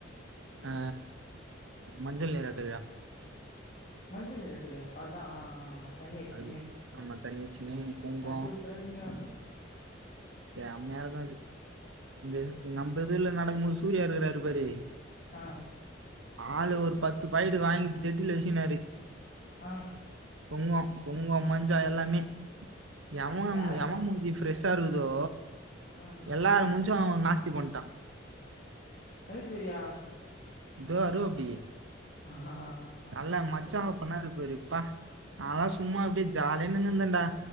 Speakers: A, on the right (about 85°); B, on the left (about 45°).
A: அ மஞ்சள் நீராட்டு விழா
B: மஞ்சள் நீராட்டு விழா அதா தண்ணி அச்சுகுனு
A: அது ஆமா தண்ணி வச்சுன்னு குங்கம்
B: அ சூப்பரா இருக்கு ஐயோ
A: செமயா இருக்கு அது இந்த நம்ப இதுல நடக்கும் போது சூர்யா இருக்றாரு பாரு
B: ஆ
A: ஆளு ஒரு பத்து பாயட்டு வாங்கி ஜட்டில வச்சினாரு
B: ஆ
A: குங்கோ குங்கோ மஞ்சா எல்லாமே எவெ
B: லாஸ்ட்டு
A: எவெ மூஞ்சி ஃப்ரெஷ் ஷா இருக்குதோ
B: ஆ
A: எல்லார் மூஞ்சு அவெ நாஸ்தி பண்டா
B: தனுஸ்வரியா
A: து வருவாப்டி
B: ஆ ஆ ஆ
A: நல்லா
B: ஆ
A: மஜாவா
B: சரி
A: பண்ணாரு பாரு அப்பா நாலா சும்மா அப்டியே ஜாலியா நின்னு இருந்தேன்டா